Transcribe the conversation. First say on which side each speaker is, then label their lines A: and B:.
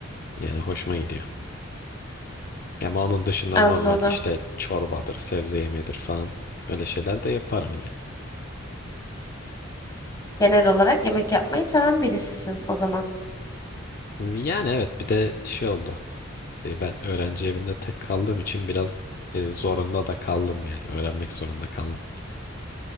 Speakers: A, on the left; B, on the left.
A: Yani hoşuma gidiyor. Ama onun dışında
B: Anladım.
A: normal işte çorbadır, sebze yemeğidir falan öyle şeyler de yaparım
B: Genel olarak yemek yapmayı seven birisisin o zaman.
A: yani. Yani evet bir de şey oldu. Ee, Ben öğrenci evinde tek kaldığım için biraz e, zorunda da kaldım yani. Öğrenmek zorunda kaldım.